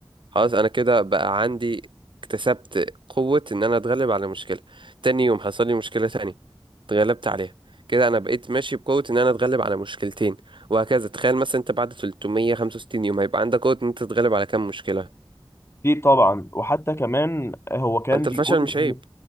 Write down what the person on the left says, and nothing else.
دي طبعا وحتى كمان هو كان
بيقول
ان